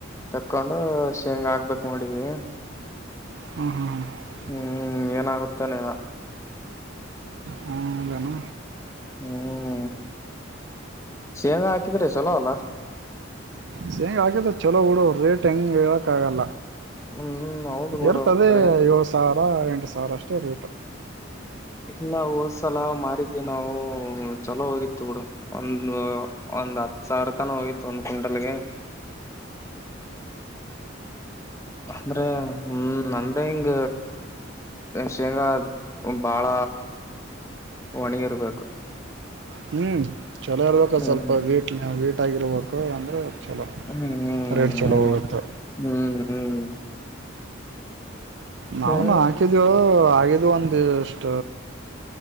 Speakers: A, on the left; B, on the right.
A: ತಕೊಂಡು ಶೇಂಗ್ ಆಕ್ಬಿಕ ಮಾಡಿದೀವಿ
B: ಹ್ಮಞ ಹ್ಮ ಹ
A: ಹ್ಮ್ ಏನಾಗುತ್ತೆನಿನ
B: ಹ್ಮ ಜೋ
A: ಹ್ಮ್ ಸೆಂಗ ಹಾಕಿದ್ರೆ ಚಲೋ ಅಲ್ಲ
B: ಸೇಂಗೆ ಆಕಿದ ಚೊಲೋ ಬಿಡೋ ರೇಟ್ ಹೆಂಗೆ ಹೇಳೋಕ್ಕಾಗಲ್ಲ
A: ಹ್ಮ್ ಹೌದು ಗುರು
B: ಇರ್ತದೆ
A: ರೇಟ್
B: ಏಳ್ ಸಾವಿರ ಎಂಟು ಸಾವಿರ ಅಷ್ಟೇ ರೆಟ
A: ಇಲ್ಲ ಹೋದ್ಸಲ ಮಾರಿದ್ವಿ ನಾವು ಚಲೋ ಹೋಗಿತ್ತು ಬುಡು ಒಂದು ಒಂದ್ ಹತ್ತು ಸಾವಿರ ತನ ಹೋಗಿತ್ತು ಒಂದ್ ಕುಂಟಲ್ಗೆ ಅಂದ್ರೆ ಹ್ಮ ನಂದ್ರೆ ಹಿಂಗ ಶೇಂಗಾ ಬಾಳ ಒಣಗಿರ್ಬೇಕು
B: ಹ್ಞೂ ಚಲೋ ಇರ್ಬೇಕ
A: ಹ್ಮ್
B: ಅ ಸ್ವಲ್ಪ ವೀಟ್ವು ವೀಟ್ಟಾಗಿರ್ಬೇಕು ಅಂದರೆ ಚಲೋ
A: ಹ್ಮ್್ಮ
B: ರೇಟ್ ಚಲೋ
A: ಹ್ಮ್
B: ಹೋಗುತ್ತೆ
A: ಹ್ಮ
B: ನಾವುನು
A: ಏ
B: ಹಾಕಿದವು ಆಗಿದ್ದು ಒಂದುಷ್ಟ